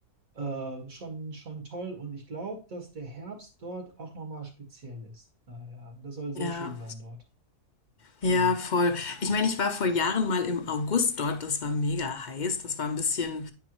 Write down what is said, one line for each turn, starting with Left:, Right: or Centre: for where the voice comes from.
Right: äh, schon, schon toll. Und ich glaube, dass der Herbst dort auch nochmal speziell ist. Naja, das soll sehr
Left: Ja,
Right: schön sein dort.
Left: Ja,
Right: Äh,
Left: voll. Ich meine, ich war vor Jahren mal im August dort, das war mega heiß. Das war ein bisschen,